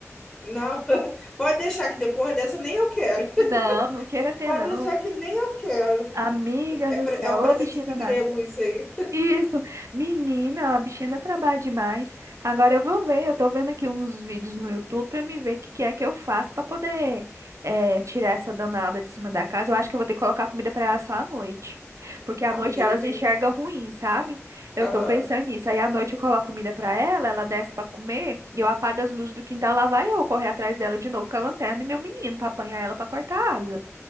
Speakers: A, on the left; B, on the right.
A: Não, <laughs> pode deixar que depois dessa nem eu quero. <laughs>
B: Não, não queira ter,
A: Pode
B: não.
A: deixar que nem eu quero.
B: Amiga
A: É,
B: do
A: pre-
B: céu,
A: é um presente
B: ô bichinha
A: de
B: danada.
A: grego isso aí.
B: Isso, menina, a bichinha dá trabalho demais. Agora eu vou ver, eu tô vendo aqui uns vídeos no YouTube pra me ver o que que é que eu faço pra poder eh, tirar essa danada de cima da casa. Eu acho que eu vou ter que colocar comida pra ela só à noite, porque à
A: Amiga,
B: noite elas
A: já tem.
B: enxergam ruim, sabe? Eu
A: Aham.
B: tô pensando nisso. Aí à noite eu coloco comida pra ela, ela desce pra comer, e eu apago as luzes do quintal, lá vai eu correr atrás dela de novo com a lanterna e meu menino pra apanhar ela pra cortar a asa.